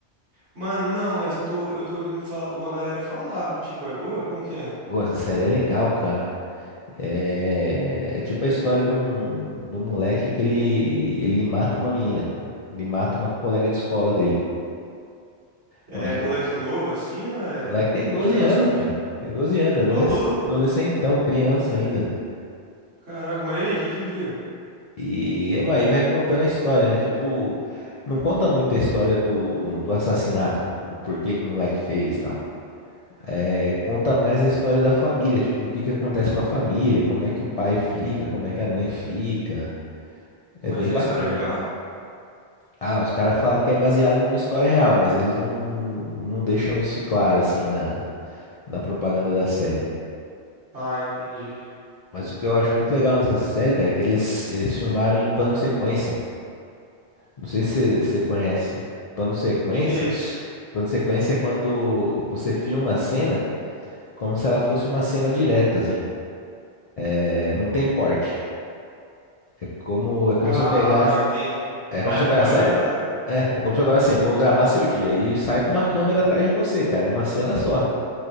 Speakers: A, on the right; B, on the left.
A: Mano, não, mas eu tô, eu tô ouvindo fa- uma galera falar. Tipo, é boa? Como que é?
B: Pô, essa série é legal, cara. É, é tipo a história de um, de um moleque que ele... ele mata uma menina, cara. Ele mata uma colega de escola dele.
A: É
B: Mas
A: moleque
B: o
A: novo assim ou é,
B: moleque tem
A: é
B: 12
A: já é mais
B: anos,
A: coletivo?
B: cara. Tem 12 anos, adoles-
A: Ô, louco!
B: adolescentão, criança ainda.
A: Caraca, mas e aí, o que que vira?
B: E é, aí vai contando a história, né? Tipo, não conta muito a história do, do assassinato, do o porquê que o moleque fez e tal. É, conta mais a história da família, tipo, o que que acontece com a família, como é que o pai fica, como é que a mãe fica.
A: Mas
B: É bem
A: é
B: bacana.
A: história real?
B: Ah, os caras falam que é baseado numa história real, mas eles não, não deixam isso claro, assim, na, na propaganda da série.
A: Ah, entendi. O
B: Mas o que eu acho muito legal nessa série, cara, é que eles, eles filmaram em plano sequência. Não sei se você conhece plano sequência.
A: Que que é isso?
B: Plano de sequência é quando você filma a cena como se ela fosse uma cena direta, assim. É, não tem corte. É como, é como
A: Ca-
B: se eu pegasse.
A: Ah, entendi.
B: É como
A: Ah,
B: se
A: não
B: eu pegasse.
A: pode
B: ah,
A: errar, né?
B: É, é como se eu agora assim, eu vou gravar seu dia e saio com uma câmera atrás de você, cara. É uma cena só.